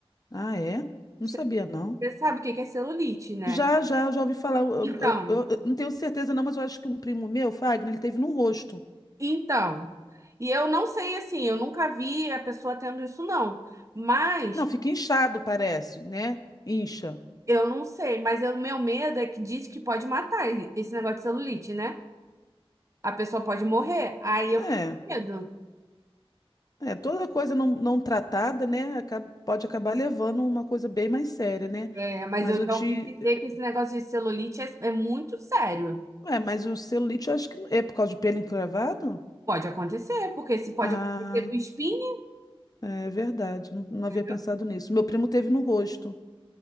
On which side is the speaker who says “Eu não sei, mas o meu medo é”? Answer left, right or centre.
Right